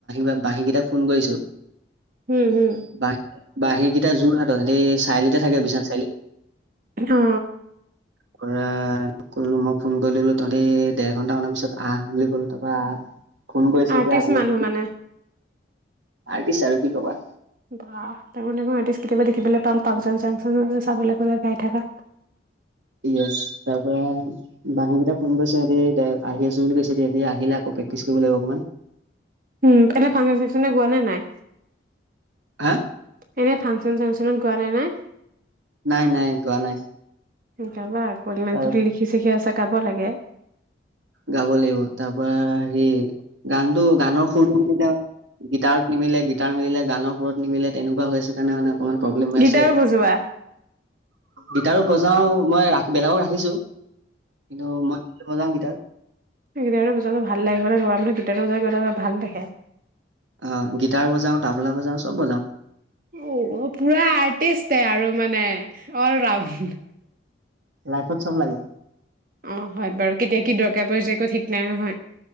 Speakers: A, on the right; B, on the right.
A: বা বাঁহী কেইটাক ফোন কৰিছো।
B: উম হম
A: বাঁহী বাঁহীকেইটা যোৰহাত সেই চাৰিআলিতে থাকে বিশনা চাৰিআলি।
B: অ
A: কৰা মই ফোন কৰিলো বোলো তহঁতি দেৰ ঘন্টা মানৰ পিছত আহ বুলি কলো তাৰপৰা আহ, ফোন কৰিছে
B: আৰ্টিষ্ট
A: এতিয়া আহি
B: মানুহ
A: আছো বুলি।
B: মানে
A: আৰ্টিষ্ট আৰু কি কবা।
B: বাহ তাৰমানে মই আৰ্টিষ্ট কেতিয়াবা দেখিবলৈ পাম ফাংচন চাংচন চাবলৈ গ'লে গাই থকা।
A: <unintelligible> তাৰ পৰা বাহীকেইটা ফোন কৰিছ। সহতি আহি আছো বুলি কৈছে সেটি আহিলে আকৌ প্ৰেক্টিচ কৰিব লাগিব অকমান।
B: উম এনে ফাংচন চাংচনে গোৱা নে নাই।
A: হা,
B: এনেই ফাংচন চাংচনত গোৱা নে নাই।
A: নাই নাই গোৱা নাই।
B: গাবা, <unintelligible>
A: তাৰ
B: লিখি ছিখি আছা গাব লাগে।
A: গাব লাগিব তাৰ পৰা হেৰি গানটো গানৰ সুৰটো গিটাৰত নিমিলে গিটাৰ মিলে গানৰ সুৰত নিমিলে তেনেকুৱা হৈছে। কাৰণে মানে অকমান প্ৰব্লেম হৈ
B: গীটাৰো
A: আছে।
B: বজোৱা
A: গিটাৰো বজাও মই ৰা বেলেগক ৰাখিছো। কিন্তু মন মজা ক তাক
B: সেইট বো ভাল লাগিব ন ৰ গীটাৰ বজাৰ <unintelligible> ভাল দেখে।
A: অ, গিটাৰ বজাও, তাবলা বজাও, চব বজাওঁ,
B: অ, পুৰা আৰ্টিষ্টে আৰু মানে অল ৰাউণ্ড
A: লাইফত চব লাগে।
B: অ, হয় বাৰু কেতিয়া কি দৰকাৰ প্যায় একো ঠিক নাই নহয়।